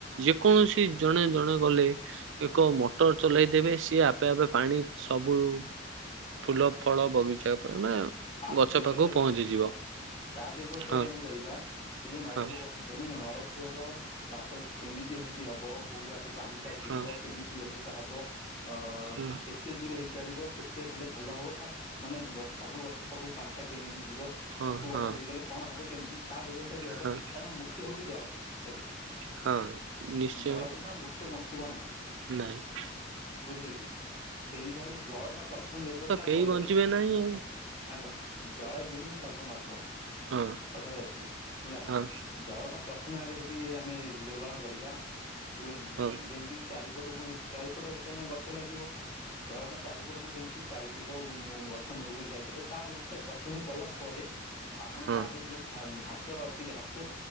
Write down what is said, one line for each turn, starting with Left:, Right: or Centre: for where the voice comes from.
Right: ଯେକୌଣସି ଜଣେ ଜଣେ ଗଲେ ଏକ ମୋଟର ଚଲେଇ ଦେେବେ ସିଏ ଆପେ ଆପେ ପାଣି ସବୁ ଫୁଲ ଫଳ ବଗିଚା ତମେ
Left: ତା
Right: ଗଛ
Left: ବ୍ୟବସ୍ଥା
Right: ପାଖକୁ
Left: ବି ହବ
Right: ପହଞ୍ଚିଯିବ।
Left: ତା ବ୍ୟବସ୍ଥା
Right: ହଁ
Left: ଆମେ କରିବା ସେ ଯୋଉ ନଳକୂଅ
Right: ହଁ
Left: କଥା କହିଲେ ନଳ ଳ କୂଅର ବାଟ କେମିତିଟି ହବ କୋଉ ବାଟରେ ପାଣିଟା ଯିବ
Right: ହଁ
Left: କେମିତି ବ୍ୟବସ୍ଥା ତାବ ଅ
Right: ହଁ
Left: କେତେ ଦୂର ହେଇପାରିବ କେତେ ହେଲେ ଭଲ ହବ ମାନେ ସବୁ ଗଛ ପାଖକୁ ପାଣିଟା କେମିତି ଯିବ
Right: ହଁ
Left: କୋଉ
Right: ହଁ
Left: ବାଟା ଦେଇଗଲେ କଣ ହବ କେମିତି ତା ବ୍ୟବସ୍ଥା ବି ହବ
Right: ହଁ।
Left: କାରଣ ମୁଖ୍ୟ ହଉଛି ଜଳ। ସେଠି।
Right: ହଁ ନିଶ୍ଚୟ
Left: ଜଳ ବିନା ମୁଖ୍ୟ ବଞ୍ଚିବ ନାହିଁ
Right: ନାଇଁ।
Left: ବୁଝିଲେ କି ସେଇ ହିସାବରେ ଜଳଟା ପ୍ରଥମେ ବ୍ୟବସ୍ଥା
Right: କେଇ
Left: କଲେ
Right: ବଞ୍ଚିବେ ନାହିଁ ଆଉ।
Left: ଆଜ୍ଞା ଜଳ ବିହୁନେ ସର୍ବନାଶ।
Right: ଆଉ
Left: କଥାରେ ଅଛି ହେଲା
Right: ହଁ
Left: ଜଳ ଟା ପ୍ରଥମେ ଆଗେ ସେଠି ଆମେ ଯୋଗାଣ କରିବା ଯୋଉ
Right: ହଁ
Left: ଯେମିତିକି ଚାରିପଟକୁ ଚାରିପଟ କାହିଁକିନା ଗଛ ଲାଗିବ ଜଳଟା ଚାରିପଟକୁ ଯେମିତି ପାଇଯିବ ଗଛ ମୂଳକୁ ଯାଇପାରିବ ତା ବ୍ୟବସ୍ଥା ପ୍ରଥମେ କଲା ପରେ ଆପଣ
Right: ହଁ
Left: ତାପରେ ଯୋଉ ଘାସ ଅଛି ଘାସ